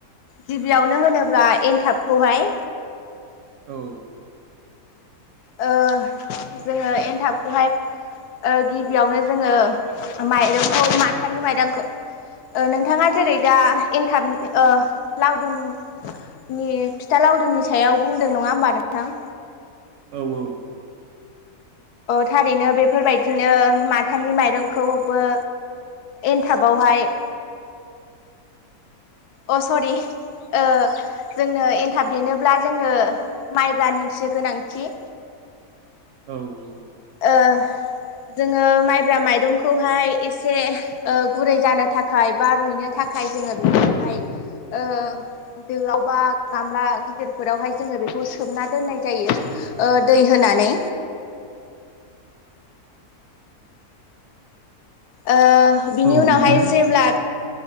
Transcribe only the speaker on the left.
गिबियावनो होनोब्ला एनथाबखौहाय।
ओ जोङो एनथाबखौहाय ओ गिबियावनो जोङो माइरंखौ माथानि माइरंखौ नोंथाङा जेरै दा एनथाब ओ लावदुमनि फिथा लावदुमनि सायाव बुंदों नङा होमबा नोंथां।
थारैनो बेफोरबायदिनो माथानि माइरंखौबो एनथाबावहाय। अ सरि। ओ जोंनो ए नथाब देनोब्ला जोंनो माइब्रानिसो गोनांथि।
ओ जोङो माइ ब्रा माइरंखौहाय एसे ओ गुरै जानो थाखाय बा रुइनो थाखाय जोङो बेखौहाय ओ दोआव बा गामला गिदिरफोरावहाय जोङो बेखौ सोमना दोननाय जायो ओ दै होनानै ओ बिनि
उनावहाय
जेब्ला